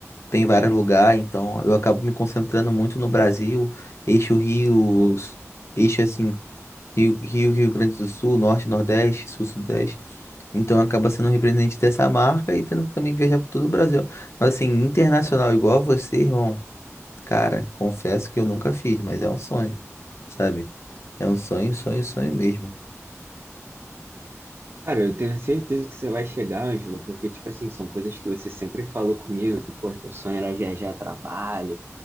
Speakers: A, on the left; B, on the right.
A: tem vários lugares, então eu acabo me concentrando muito no Brasil, eixo Rio, s- eixo assim, Rio, Rio, Rio Grande do Sul, Norte, Nordeste, Sul, Sudeste. Então acaba sendo um representante dessa marca e tendo também que viajar por todo o Brasil. Mas assim, internacional igual você, irmão, cara, confesso que eu nunca fiz, mas é um sonho, sabe? É um sonho, sonho, sonho mesmo.
B: Cara, eu tenho certeza que você vai chegar, Ângelo, porque, tipo assim, são coisas que você sempre falou comigo, que, pô, teu sonho era viajar a trabalho,